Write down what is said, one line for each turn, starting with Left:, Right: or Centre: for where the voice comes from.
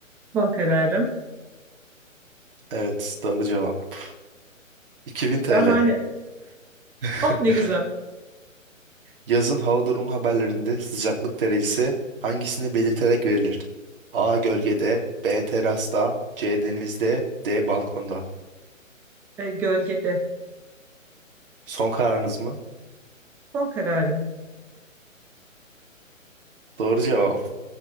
Centre: Son kararım.
Right: Evet, doğru cevap. 2000 TL.
Centre: Şahane.
Right: <laughs>
Centre: Oh ne güzel.
Right: Yazın hava durumu haberlerinde sıcaklık derecesi hangisini belirterek verilir? A. Gölgede, B. Terasta, C. Denizde, D. Balkonda.
Centre: E, gölgede.
Right: Son kararınız mı?
Centre: Son kararım.
Right: Doğru cevap.